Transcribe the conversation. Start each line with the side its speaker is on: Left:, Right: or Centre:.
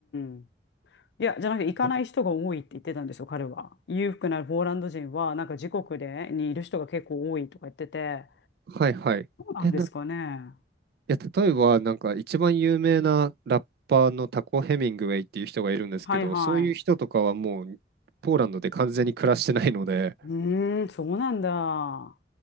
Left: んうん。いや、じゃなくて行かない人が多いって言ってたんですよ、
Right: はい
Left: 彼は。裕福なポーランド人はなんか自国でにいる人が結構多いとか言ってて。
Right: はいはい。
Left: そうなんですかね。
Right: え、な、いや、例えばなんか一番有名なラッパーのタコ・ヘミングウェイっていう人がいるんですけど、
Left: はいはい。
Right: そういう人とかはもうポーランドで完全に暮らしてないので、
Left: うーん、そうなんだ。